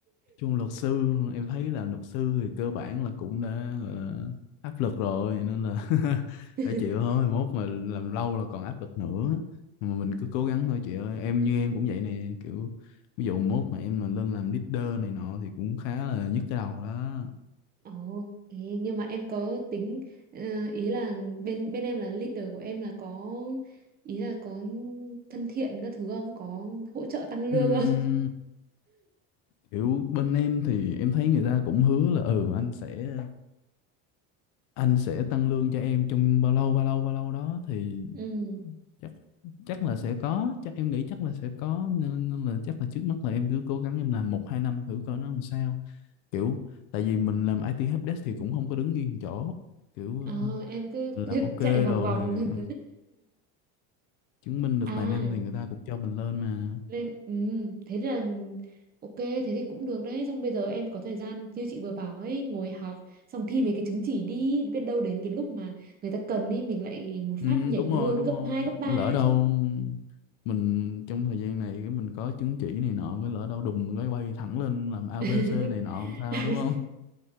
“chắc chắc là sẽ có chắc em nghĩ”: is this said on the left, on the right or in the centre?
Left